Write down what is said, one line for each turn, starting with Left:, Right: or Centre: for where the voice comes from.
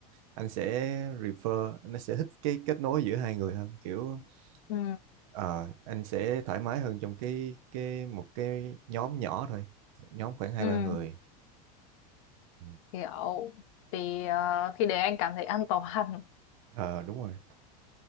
Right: anh sẽ refer anh sẽ thích cái kết nối giữa hai người hơn kiểu
Left: Ừ,
Right: ờ, anh sẽ thoải mái hơn trong cái cái một cái nhóm nhỏ thôi nhóm khoảng hai
Left: ừ,
Right: ba người Ừ.
Left: hiểu. Thì ờ, khi đấy anh cảm thấy an toàn.
Right: Ờ đúng rồi